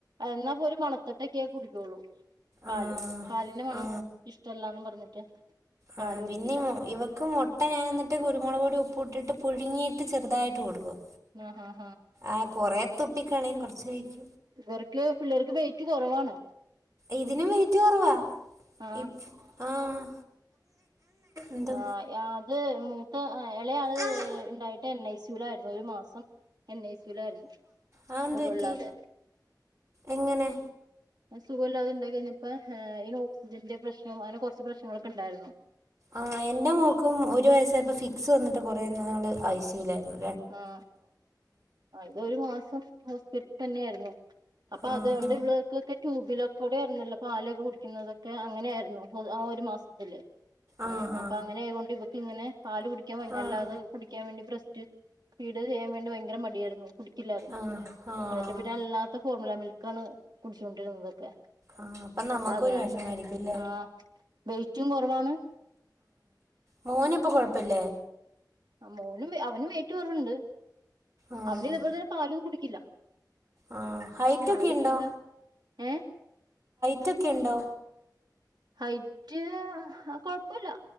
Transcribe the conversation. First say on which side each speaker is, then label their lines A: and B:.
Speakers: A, on the right; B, on the right.
A: എന്നാപ്പൊ ഒരു മണത്തട്ടക്കെ കുടിക്കുള്ളൂ പാല്
B: ആ
A: പാലിന്റെ മണം
B: ആ
A: ഇഷ്ടല്ലാന്ന് പറഞ്ഞിട്ട്
B: ആ
A: പാല് കുടിക്കില്ല
B: പിന്നേം ഇവക്ക് മുട്ട ഞാൻ ന്നിട്ട് കുരുമുളക് പൊടി പുട്ടിട്ട് പുഴുങ്ങിട്ട് ചെറുതായിട്ട് കൊടുക്കും
A: ആഹ
B: ആ കൊറെ തുപ്പി കളയും കൊറച്ച് കഴിക്കും
A: ഇവർക്ക് പിള്ളേർക്ക് വെയിറ്റ് കൊറവാണ്
B: ഇതിനും വെയിറ്റ് കൊറവാ
A: ആ
B: ഇപ് ആഹ് എന്തോ
A: ആഹ് അത് മൂത്ത ആ ഇളയാള്
B: ആഹ്
A: ഇണ്ടായിട്ട് എൻ ഐ സ്യു ലായിരുന്നു ഒരു മാസം എൻ ഐ സ്യുലായിരുന്നു
B: അതെന്ത്
A: സുഖല്ലാദേ
B: പറ്റി എങ്ങനെ
A: സുഖല്ലാതെ ഇണ്ടാഴി കഴിഞ്ഞപ്പോ ഈ ഓക്സിജന്റെ പ്രശ്നം അങ്ങെനെ കുറച്ച് പ്രശ്നങ്ങളൊക്കെ ഉണ്ടായിരുന്നു
B: ആ എന്റെ മോക്കും ഒരു വയസ്സായപ്പോ ഫിക്സ് വന്നിട്ട് കുറെ ന്നാള് അയ്‌സിയൂവിലായിരുന്നു
A: ആഹ അതരു മാസം ഹോസ്പിറ്റൽ തന്നെയായിരുന്നു, അപ്പൊ
B: ആഹാ
A: അതൊണ്ട് ഇവൾക്കൊക്കെ ട്യൂബിലൊ കൂടെ <unintelligible> പാലൊക്കെ കുടിക്കുന്നതൊക്കെ അങ്ങനെയായിരുന്നു ആ ഒരു മാസത്തില് ആ
B: ആഹാ
A: അപ്പൊ അങ്ങനെ ആയൊണ്ട് ഇവക്ക് ഇങ്ങനെ പാല് കുടിക്കാൻ
B: ആഹ്
A: അല്ലാതെ കുടിക്കാൻ വേണ്ടി ബ്രസ്റ്റ് ഫീട് ചെയ്യാൻ വേണ്ടി ഭയങ്കര മടിയായിരുന്നു കു ല്ലായിരുന്നു
B: ആഹ് ആഹ്
A: എന്നിട്ട് പിന്നെ അല്ലാത്ത ഫോർമുല മിൽക്കാണ് കുടിച്ചോണ്ടിരുന്നതൊക്കെ
B: ആഹ് അപ്പം നമുക്കും
A: അപ്പൊ അതാരണം
B: ഒരു വെഷമായിരിക്കുംല്ലേ
A: ആ വെറ്റും കുറവാണ്
B: മോനപ്പം കൊഴപ്പല്ലേ
A: മോനും അവനും വെയ്റ്റ്‌ കുറവുണ്ട്
B: ആഹ്
A: അവന് ഇതേ പോലെ തന്നെ പാലൊന്നും കുടിക്കില്ല
B: ആ ഹൈറ്റ്
A: പാലുടിക്കില്ലാ
B: ഒക്കെ ഉണ്ടോ
A: ഏ
B: റ്റക്കെയുണ്ടോ
A: ഹയിറ്റ്‌ ആ കൊയ പ്പല്ലാ